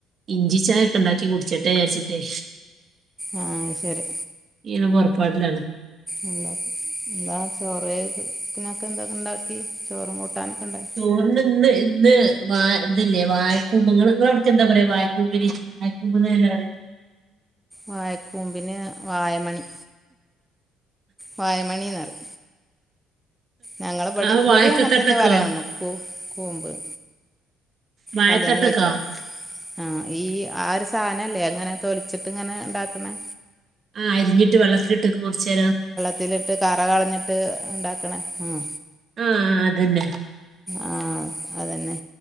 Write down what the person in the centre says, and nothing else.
ആഹ് അയ് ശരി
എ എന്താ ചോറത്തിനൊക്കെ എന്തൊക്കെ ഉണ്ടാക്കി ചോറും കൂട്ടാനൊക്കെ ണ്ടാക്കി
വായക്കൂമ്പിന് വായമണി വായമണി എന്ന് പറി ഞങ്ങളവെടീം
ഇവടിയങ്ങൻ
തന്നെ പറയാൺണു കൂ കൂമ്പ്ന്ന്
കല്യാണം കഴിച്ചോട്ത്ത് ആഹ് ഈ ആഹ് ഒരു സാധനല്ലേ എങ്ങനെ തൊലിച്ചിട്ട് ഇങ്ങനെ ഉണ്ടാക്കണേ
ത്തിലിട്ട് കറ കളഞ്ഞിട്ട് ഉണ്ടാക്കണേ ഉം
ആ അതന്നെ